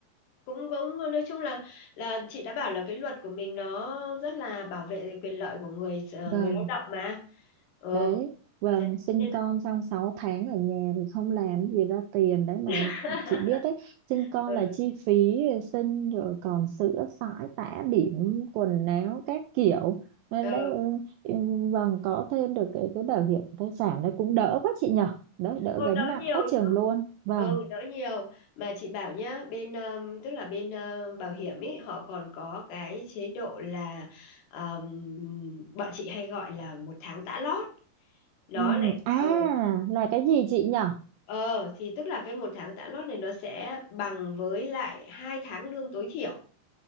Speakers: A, on the left; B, on the right.
A: cũng cũng nói chung là là chị đã bảo là cái luật của mình nó rất là bảo vệ quyền lợi của người ờ,
B: vâng
A: người lao động mà ờ
B: đấy và
A: thế
B: sinh
A: thế nên
B: con
A: là
B: xong 6 tháng ở nhà thì không làm gì ra tiền đấy mà
A: <laughs>
B: chị biết đấy sinh con
A: ừ,
B: là chi phí sinh rồi còn sữa sải tã bỉm quần áo các kiểu nên
A: ờ.
B: đấy ừ, ừ, vâng có thêm được cái cái bảo hiểm thai sản đấy cũng đỡ quá chị nhở đấy đỡ
A: Ô,
B: gánh
A: đỡ
B: nặng
A: nhiều
B: quá chừng
A: chứ.
B: luôn vâng
A: Ừ, đỡ nhiều. Mà chị bảo nhá, bên um, tức là bên uh, bảo hiểm ấy họ còn có cái chế độ là um, bọn chị hay gọi là một tháng tã lót. Nó
B: ừ,
A: lại
B: à
A: ờ
B: là cái gì chị nhở
A: ờ thì tức là cái một tháng tã lót này nó sẽ bằng với lại hai tháng lương tối thiểu.